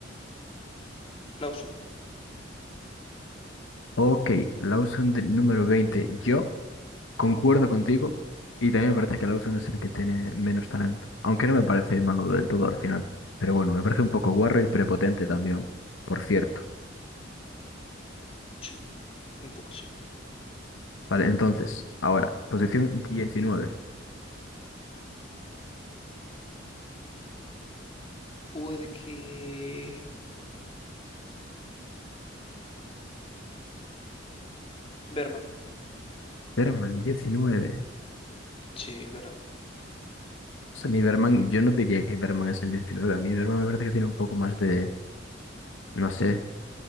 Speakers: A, on the left (about 30°); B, on the left (about 80°).
A: Lawson,
B: Ok, Lawson de número 20. yo. Concuerdo contigo y también me parece que Lawson es el que tiene menos talento, aunque no me parece malo del todo al final. Pero bueno, me parece un poco guarro y prepotente también, por cierto.
A: sí, un poco sí.
B: Vale, entonces, ahora, posición diecinueve,
A: Puede que Berman,
B: Berman, 19.
A: sí, Berman.
B: O sea, mi Berman, yo no diría que Berman es el 19. a mí Berman me parece que tiene un poco más de, no sé.